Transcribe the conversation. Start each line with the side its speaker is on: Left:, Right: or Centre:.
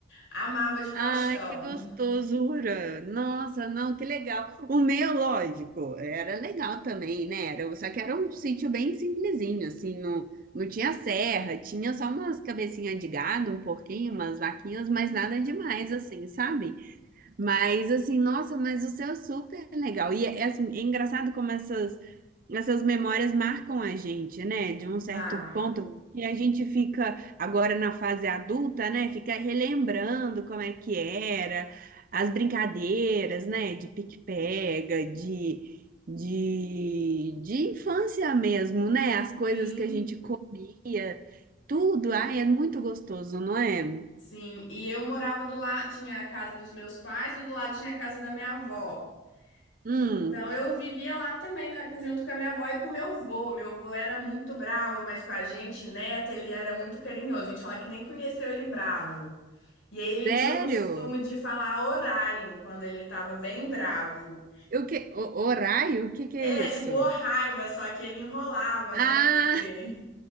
Left: Amava de paixão.
Right: Ai, que gostosura! Nossa, não, que legal. O meu, lógico, era legal também, né? Era, só que era um sítio bem simplesinho, assim, não, não tinha serra, tinha só umas cabecinhas de gado, um porquinho, umas vaquinhas, mas
Left: <laughs>
Right: nada demais, assim, sabe? Mas assim, nossa, mas o seu é super legal. E é, é, assim, é engraçado como essas, essas memórias marcam a gente, né? De um certo
Left: Marco.
Right: ponto, que a gente fica agora na fase adulta, né? Fica relembrando como é que era, as brincadeiras, né? De pique-pega, de, de, de infância mesmo, né? As coisas
Left: Sim,
Right: que a gente comia, tudo. Ai, é muito gostoso, não é?
Left: sim. E eu morava do lado, tinha a casa dos meus pais e do lado tinha a casa da minha avó.
Right: Hum,
Left: Então, eu vivia lá também, né, junto com a minha avó e com o meu avô. Meu avô era muito bravo, mas com a gente, neta, ele era muito carinhoso. A gente fala que nem conheceu ele bravo. E aí ele
Right: sério?
Left: tinha o costume de falar oraio quando ele estava bem bravo.
Right: O que, o, horário? O que que
Left: É,
Right: é isso?
Left: tipo, ô raiva, só que ele enrolava,
Right: Ah,
Left: né, por ser.